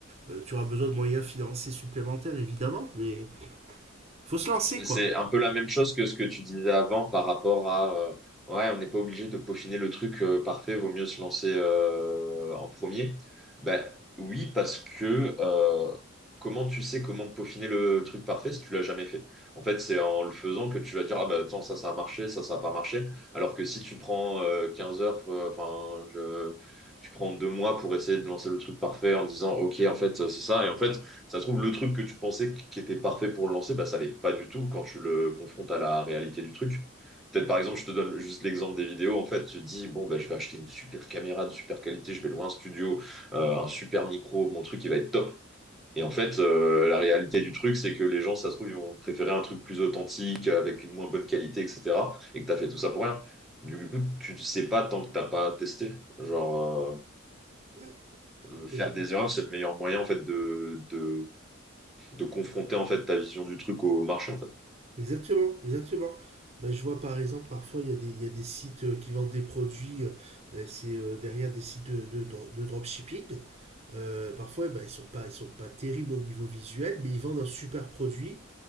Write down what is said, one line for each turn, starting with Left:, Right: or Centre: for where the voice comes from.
Right: euh, tu auras besoin de moyens financiers supplémentaires évidemment mais faut se lancer quoi
Centre: C'est un peu la même chose que ce que tu disais avant par rapport à euh, ouais, on n'est pas obligé de peaufiner le truc euh, parfait, vaut mieux se lancer euh, en premier. Ben oui, parce que euh, comment tu sais comment peaufiner le truc parfait si tu l'as jamais fait? En fait, c'est en le faisant que tu vas dire ah bah attends, ça ça a marché, ça ça a pas marché. Alors que si tu prends euh, 15 heures, euh, enfin je- tu prends deux mois pour essayer de lancer le truc parfait en disant ok en fait c'est ça et en fait ça se trouve, le truc que tu pensais qui était parfait pour le lancer, bah, ça l'est pas du tout quand tu le confrontes à la réalité du truc. Peut-être, par exemple, je te donne juste l'exemple des vidéos. En fait, tu te dis, bon, bah, je vais acheter une super caméra de super qualité, je vais louer un studio, euh, un super micro, mon truc, il va être top. Et en fait, euh, la réalité du truc, c'est que les gens, ça se trouve, ils vont préférer un truc plus authentique, avec une moins bonne qualité, etc. Et que tu as fait tout ça pour rien. Du coup, tu ne sais pas tant que tu n'as pas testé. Genre,
Right: Ouais.
Centre: euh, faire
Right: Ex-
Centre: des erreurs, c'est le meilleur moyen, en fait, de, de de confronter en fait ta vision du truc au marché en fait.
Right: exactement exactement Bah, je vois par exemple parfois il y a des, il y a des sites euh, qui vendent des produits euh, et c'est euh, derrière des sites de, de, dro- de dropshipping Euh, parfois eh ben, ils sont pas ils sont pas terribles au niveau visuel mais ils vendent un super produit